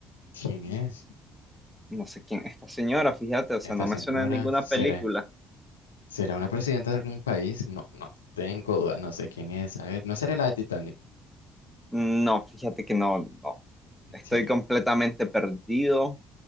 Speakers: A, on the left (about 85°); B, in the centre.
A: ¿Quién es?
B: No sé quién es esta señora, fíjate, o sea,
A: Esta
B: no
A: señora
B: me suena a ninguna
A: será,
B: película.
A: será una presidenta de algún país. No, no tengo dudas. No sé quién es. A ver, no será la de Titanic.
B: No, fíjate que no, no. Estoy
A: Sí.
B: completamente perdido.